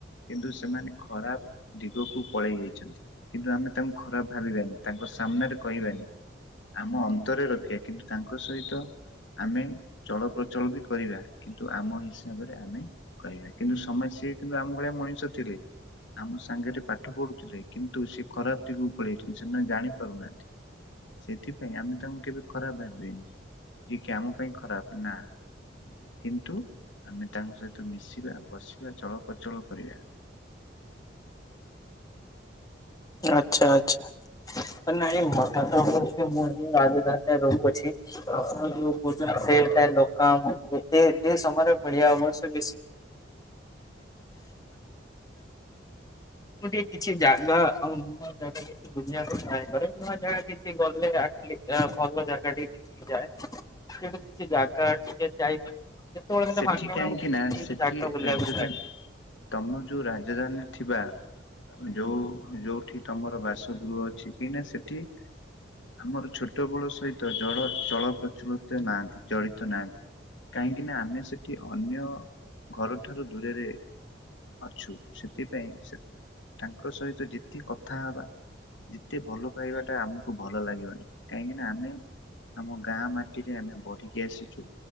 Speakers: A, on the left; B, on the left.
A: କିନ୍ତୁ ସେମାନେ ଖରାପ ଦିଗକୁ ପଳେଇ ଯାଇଚନ୍ତି, କିନ୍ତୁ ଆମେ ତାଙ୍କୁ ଖରାପ ଭାବିବାନି ତାଙ୍କ ସାମ୍ନାରେ କହିବାନି। ଆମ ଅନ୍ତରେ ରଖିବା କିନ୍ତୁ ତାଙ୍କ ସହିତ ଆମେ ଚଳପ୍ରଚଳ ବି କରିବା କିନ୍ତୁ ଆମ ହିସାବରେ ଆମେ କରିବା କିନ୍ତୁ ସମ ସ୍ତେ ସିଏ କିନ୍ତୁ ଆମ ଭଳିଆ ମଣିଷ ଥିଲେ। ଆମ ସାଙ୍ଗରେ ପାଠ ପଢୁଥିଲେ କିନ୍ତୁ ସେ ଖରାପ ଦିଗକୁ ପଳେଇ ଯାଇଚନ୍ତି ସେମାନେ ଜାଣି ପାରୁନାହାନ୍ତି। ସେଥିପାଇଁ ଆମେ ତାଙ୍କୁ କେବେ ଖରାପ ଭାବିବନି ଯିଏ କି ଆମ ପାଇଁ ଖରାପ ନା କିନ୍ତୁ ଆମେ ତାଙ୍କ ସହିତ ମିଶିବା ବସିବା ଚଳ ପ୍ରଚଳ କରିବା।
B: ଆଚ୍ଛା, ଆଚ୍ଛା। ନାଇଁ ହଠାତ ମୁଁ ଆଜି ରାଜଧାନୀ ରହୁଅଛି ଆପଣ ଯୋଉ <inaudible> ସେଇଥି ପାଇଁ ଲୋକ ଆମକୁ ଏ ଏସମୟରେ ବୁଲିବା ବୟସ <inaudible> <inaudible> ମୁଁ ଟିକେ କିଛି ଜାଗା ଆଉ ନୂଆ ଜାଗା କିଛି ବୁଲିବାକୁ ଟ୍ରାଏ କରେ ନୂଆ ଜାଗା କିଛି ଗଲେ ଆଟଲି ଅଂ ଭଲ ଜାଗା <inaudible> ଯାଏ ସେମିତି କିଛି ଯାଗା ଅଛି ଟିକେ ଯାଇ <inaudible>
A: ସେଠି
B: ଫାଙ୍କା
A: କାହିଁକି
B: ମିଳେ ମୁଁ
A: ନା
B: ଟିକେ
A: ସେଠି
B: ଜାଗା ବୁଲିବାକୁ
A: ରାଜଧାନୀ
B: ଟ୍ରାଏ କରେ
A: ତମର ଯୋଉ ରାଜଧାନୀରେ ଥିବା ଯୋଉ ଯୋଉଠି ତମର ବାସଗୃହ ଅଛି କାହିଁନାି ସେଠି ଆମର ଛୋଟ ବଳ ସହିତ ଜଳ ଚଳ ପ୍ରଚଳିତ ନାହାନ୍ତି ଚଳିତ ନାହାନ୍ତି। କାହିଁକି ନା ଆମେ ସେଠି ଅନ୍ୟ ଘରଠାରୁ ଦୂରରେ ଅଛୁ ସେଥିପାଇଁ ସେ ତାଙ୍କ ସହିତ ଯେତେ କଥା ହବା ଯେତେ ଭଲ ପାଇବା ଟା ଆମକୁ ଭଲ ଲାଗିବନି କାହିଁକି ନା ଆମେ ଆମ ଗାଁ ମାଟିରେ ଆମେ ବଢିକି ଆସିଚୁ